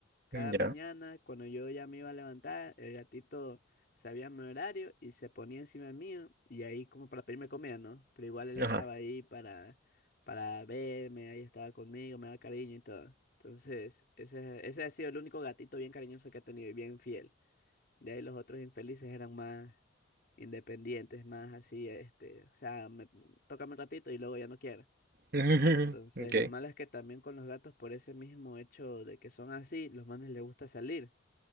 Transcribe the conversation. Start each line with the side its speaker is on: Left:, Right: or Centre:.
Left: Cada
Right: Ya,
Left: mañana, cuando yo ya me iba a levantar, el gatito sabía mi horario y se ponía encima mío y ahí como para pedirme comida, ¿no? Pero igual él
Right: ajá.
Left: estaba ahí para, para verme, ahí estaba conmigo, me daba cariño y todo. Entonces, ese, ese ha sido el único gatito bien cariñoso que he tenido y bien fiel. De ahí los otros infelices eran más independientes, más así, este, o sea, me, tócame un ratito y luego ya no quiero.
Right: <laughs>
Left: Entonces,
Right: Ok.
Left: lo malo es que también con los gatos, por ese mismo hecho de que son así, los manes les gusta salir.